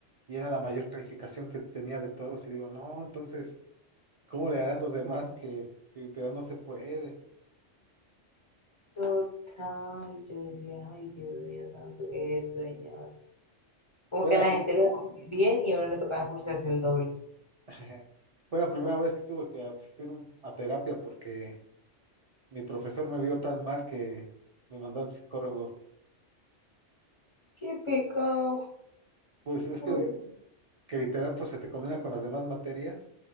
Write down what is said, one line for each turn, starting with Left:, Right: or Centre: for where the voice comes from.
Right: y era la mayor calificación que tenía de todos y digo, no, entonces, ¿cómo le harán los demás que, que literal no se puede?
Left: <laughs> Total. Yo decía, ay, Dios mío santo, qué es esto, señor. Como
Right: Fue
Left: que
Right: la,
Left: a la
Right: prim-
Left: gente le va muy bien y a uno le tocaba esforzarse el doble.
Right: <laughs> fue la primera vez que tuve que asistir un- a terapia porque mi profesor me vio tan mal que me mandó al psicólogo.
Left: Qué pecado.
Right: Pues es
Left: pobre.
Right: que, que literal pues se te combina con las demás materias